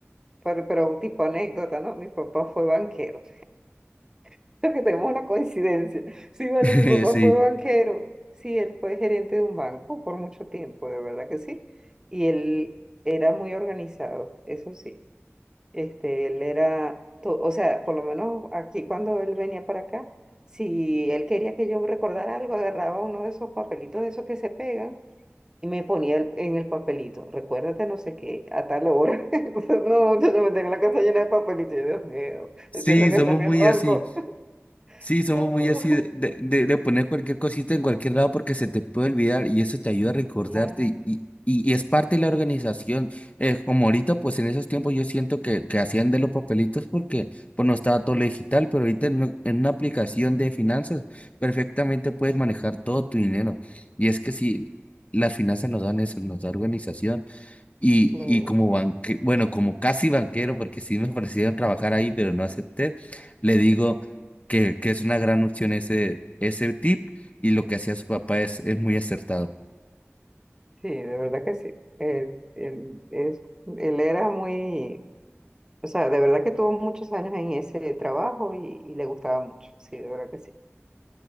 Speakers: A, on the right; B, on the left.
A: pero, pero tipo anécdota, ¿no? Mi papá fue banquero. <laughs> Creo que tenemos una coincidencia. Sí, vale,
B: <laughs>
A: mi papá
B: Sí,
A: fue banquero. Sí, él fue gerente de un banco por mucho tiempo, de verdad que sí. Y él era muy organizado, eso sí. Este, él era, to- o sea, por lo menos aquí cuando él venía para acá, si él quería que yo recordara algo, agarraba uno de esos papelitos de esos que se pegan y me ponía el- en el papelito, recuérdate no sé qué, a tal hora. <laughs> Entonces, no, yo me tenía la casa llena de papelitos. Yo, Dios mío,
B: sí,
A: él piensa que
B: somos
A: está en
B: muy
A: el banco.
B: así.
A: <laughs>
B: Sí, somos
A: No.
B: muy así de, de, de- de poner cualquier cosita en cualquier lado porque se te puede olvidar y eso te ayuda a recordarte
A: Claro,
B: y, y, y y es parte de la organización. Eh, como ahorita, pues en esos tiempos yo siento que, que hacían de los papelitos porque pues no estaba todo lo digital, pero ahorita en, una- en una aplicación de finanzas perfectamente puedes manejar todo tu dinero. Y es que sí, las finanzas nos dan eso, nos da organización. Y,
A: claro.
B: y como banque, bueno, como casi banquero, porque sí me ofrecieron trabajar ahí, pero no acepté, le digo que, que es una gran opción ese, ese tip y lo que hacía su papá es, es muy acertado.
A: Sí, de verdad que sí. Él, él es, él era muy, o sea, de verdad que tuvo muchos años en ese trabajo y, y le gustaba mucho. Sí, de verdad que sí.